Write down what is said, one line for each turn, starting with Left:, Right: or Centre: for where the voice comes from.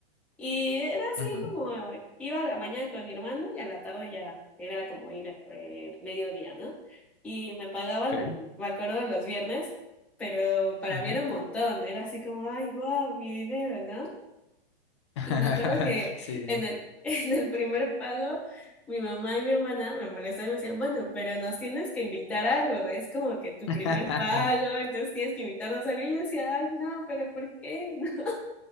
Centre: Y era así
Left: ujú,
Centre: como iba a la mañana con mi hermano y a la tarde ya era como ir eh, mediodía, ¿no? Y me pagaban,
Left: ok,
Centre: me acuerdo, los viernes, pero para
Left: ujú.
Centre: mí era un montón, era así como, ay, guau, mi dinero, ¿no?
Left: <laughs>
Centre: Y me acuerdo que
Left: Sí.
Centre: en el, <laughs> en el primer pago mi mamá y mi hermana me molestaban y me decían, bueno, pero nos tienes que invitar a algo, es como que tu
Left: <laughs>
Centre: primer pago, entonces tienes que invitarnos a algo. Y yo decía, ay, no, pero ¿por qué? <laughs>